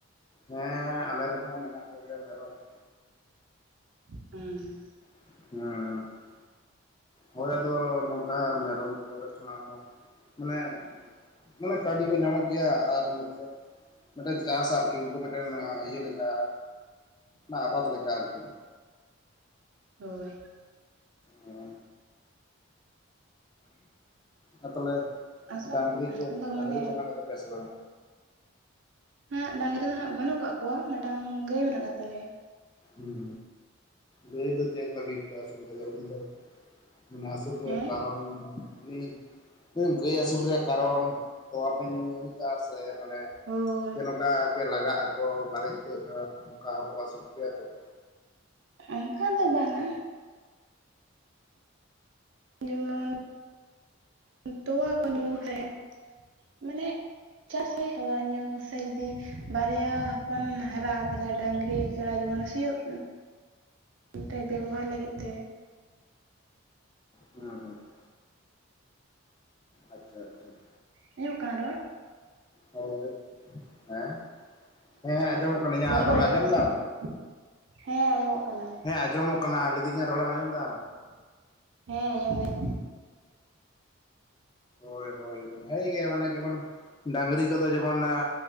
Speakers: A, on the left; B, on the right.
A: ᱦᱮᱸ ᱟᱞᱮ ᱨᱮᱦᱚᱸ ᱢᱮᱱᱟᱜ ᱠᱚ ᱜᱮᱭᱟ ᱢᱮᱨᱚᱢ ᱾
B: ᱦᱩᱸᱜ ᱩᱸ ᱾
A: ᱦᱩᱸ ᱾ ᱦᱚᱭ ᱟᱫᱚ ᱱᱚᱝᱠᱟ ᱢᱮᱨᱚᱢ ᱠᱚᱨᱮ ᱠᱷᱚᱱᱟᱜ ᱦᱚᱸ ᱢᱟᱱᱮ ᱢᱟᱱᱮ ᱠᱟᱹᱣᱰᱤ ᱠᱚ ᱧᱟᱢᱚᱜ ᱜᱮᱭᱟ ᱟᱨ ᱱᱚᱛᱮ ᱢᱤᱫᱴᱮᱱ ᱪᱟᱥ ᱟᱨᱠᱤ ᱾ ᱩᱱᱠᱩ ᱢᱮᱫ ᱴᱮᱱ ᱤᱭᱟᱹ ᱞᱮᱠᱟ ᱟᱵᱟᱫ ᱞᱮᱠᱟ ᱟᱨᱠᱤ ᱾
B: ᱦᱳᱭ ᱾
A: ᱚᱻ ᱾ ᱟᱨ ᱛᱟᱦᱞᱮ
B: ᱟᱥᱚᱞ
A: ᱰᱟᱝᱨᱤ ᱠᱚ
B: ᱟᱫᱚ
A: ᱰᱟᱹᱝᱨᱤ
B: ᱢᱟᱱᱮ
A: ᱠᱚ ᱦᱮᱱᱟᱜ ᱠᱚᱛᱟ ᱯᱮᱭᱟ ᱥᱮ ᱵᱟᱝᱟ?
B: ᱦᱚᱸ ᱰᱟᱝᱨᱤ ᱫᱚ ᱦᱟᱸᱜ ᱵᱟᱹᱱᱩᱜ ᱠᱟᱜ ᱠᱚᱣᱟ ᱢᱤᱫᱴᱟᱝ ᱜᱟᱹᱭ ᱢᱮᱱᱟᱜ ᱟᱠᱟ ᱫᱮ ᱛᱟᱞᱮᱭᱟ ᱾
A: ᱩᱸ, ᱜᱟᱹᱭ ᱫᱚ ᱪᱮᱫ ᱞᱟᱹᱜᱤᱫ ᱯᱮ ᱟᱹᱥᱩᱞ ᱟᱠᱟᱫᱮᱭᱟ ᱩᱱᱤ ᱫᱚ? ᱢᱟᱱᱮ ᱟᱹᱥᱩᱞ ᱨᱮᱭᱟᱜ
B: ᱦᱮᱸ
A: ᱠᱟᱨᱚᱱ ᱩᱱᱤ ᱜᱟᱹᱭ ᱟᱹᱥᱩᱞ ᱨᱮᱭᱟᱜ ᱠᱟᱨᱚᱱ ᱛᱚᱣᱟ ᱯᱮ ᱧᱩᱭᱮᱫᱟ ᱥᱮ ᱢᱟᱱᱮ
B: ᱦᱳᱭ
A: ᱡᱮ ᱱᱚᱝᱠᱟ ᱜᱮ ᱞᱟᱜᱟᱜ ᱟᱠᱚ ᱵᱟᱨᱮ ᱤᱛᱟᱹᱜ ᱚᱱᱠᱟ ᱦᱚᱸᱠᱚ ᱟᱹᱥᱩᱞ ᱠᱚᱜᱮᱭᱟ ᱛᱚ ᱾
B: ᱚᱱᱠᱟ ᱫᱚ ᱵᱟᱝᱼᱟ ᱾ ᱡᱮᱢᱚᱱ ᱛᱚᱣᱟ ᱠᱚ ᱧᱩ ᱦᱮᱸ, ᱢᱟᱱᱮ ᱪᱟᱥ ᱦᱩᱭ ᱛᱚᱣᱟ ᱧᱩ ᱥᱮ ᱡᱩᱫᱤ ᱵᱟᱨᱭᱟ ᱦᱚᱯᱚᱱ ᱦᱟᱨᱟ ᱛᱟᱦᱞᱮ ᱰᱟᱸᱝᱨᱤ ᱥᱮᱲᱟ ᱡᱮᱢᱚᱱ ᱥᱤᱭᱳᱜ ᱛᱮ ᱵᱮᱵᱚᱦᱟᱨ ᱞᱟᱹᱜᱤᱫ ᱛᱮ ᱾
A: ᱦᱩᱸ ᱦᱩᱸ ᱾ ᱟᱪᱪᱷᱟ ᱟᱪᱪᱷᱟ ᱾
B: ᱟᱸᱡᱚᱢᱚᱜ ᱠᱟᱱᱟ ᱨᱚᱲ?
A: ᱦᱳᱭ, ᱦᱮᱸ? ᱦᱮᱸ ᱦᱮᱸ ᱟᱸᱡᱚᱢᱚᱜ ᱠᱟᱱᱟ ᱤᱧᱟᱜ
B: ᱠᱚ
A: ᱨᱚᱲ
B: ᱟᱸᱡᱚᱢᱚᱜ
A: ᱟᱸᱡᱚᱢ
B: ᱠᱟᱱᱟ ᱥᱮ
A: ᱫᱟᱢ?
B: ᱵᱟᱝ ᱦᱮᱸ ᱟᱸᱡᱚᱢᱚᱜ ᱠᱟᱱᱟ ᱾
A: ᱦᱮᱸ ᱟᱸᱡᱚᱢᱚᱜ ᱠᱟᱱᱟ ᱞᱟᱹᱭᱫᱤᱧ ᱤᱧᱟᱜ ᱨᱚᱲᱮᱢ ᱟᱸᱡᱚᱢ ᱫᱟ?
B: ᱦᱮᱸ ᱟᱸᱡᱚᱢ ᱫᱟᱹᱧ ᱾
A: ᱦᱳᱭ ᱦᱳᱭ ᱵᱷᱟᱹᱜᱤ ᱜᱮ ᱢᱟᱱᱮ ᱡᱮᱢᱚᱱ ᱰᱟᱸᱝᱨᱤ ᱠᱚᱫᱚ ᱡᱮᱢᱚᱱ ᱮᱸᱻ